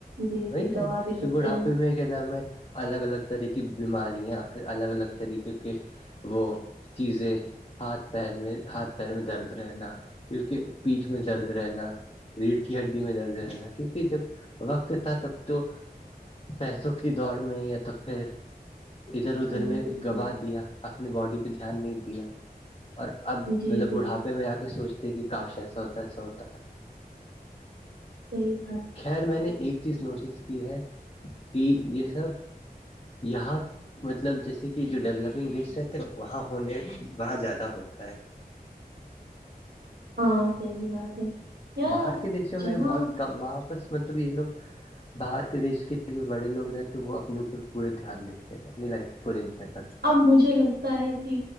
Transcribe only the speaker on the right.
جی
جی
گواہ بھی
دیتے
ہیں
جی
بالکل
جی
جی
صی
ہاں صحیح بات ہے یار
جہاں
اب مجھے لگتا ہے کہ